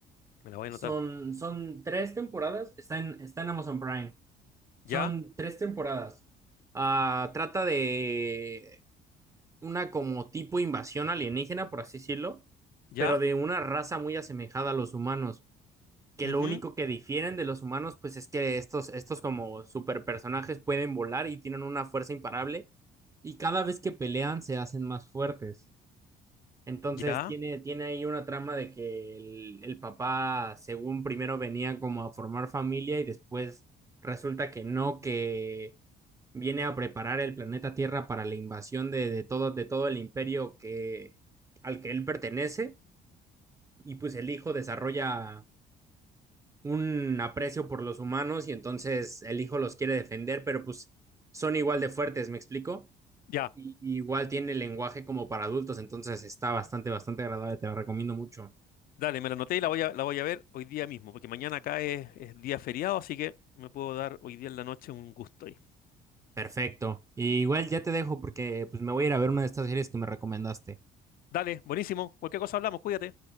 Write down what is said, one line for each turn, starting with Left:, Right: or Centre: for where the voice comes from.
Left: Me la voy
Right: Son,
Left: a anotar.
Right: son tres temporadas, está en, está en Amazon Prime. Son
Left: ¿Ya?
Right: tres temporadas. Ah, trata de una como tipo invasión alienígena, por así decirlo,
Left: Ya,
Right: pero de una raza muy asemejada a los humanos, que
Left: ujú,
Right: lo único que difieren de los humanos, pues es que estos, estos como superpersonajes pueden volar y tienen una fuerza imparable, y cada vez que pelean se hacen más fuertes. Entonces
Left: ya,
Right: tiene, tiene ahí una trama de que el, el papá, según primero venía como a formar familia y después resulta que no, que viene a preparar el planeta Tierra para la invasión de, de todo, de todo el imperio que, al que él pertenece, y pues el hijo desarrolla un aprecio por los humanos y entonces el hijo los quiere defender, pero pues son igual de fuertes, ¿me explico?
Left: ya.
Right: Y, y igual tiene el lenguaje como para adultos, entonces está bastante, bastante agradable, te la recomiendo mucho.
Left: Dale, me la anoté y la voy a, la voy a ver hoy día mismo, porque mañana acá es, es día feriado, así que me puedo dar hoy día en la noche un gusto ahí.
Right: Perfecto. Y igual ya te dejo porque pues me voy a ir a ver una de estas series que me recomendaste.
Left: Dale, buenísimo. Cualquier cosa hablamos, cuídate.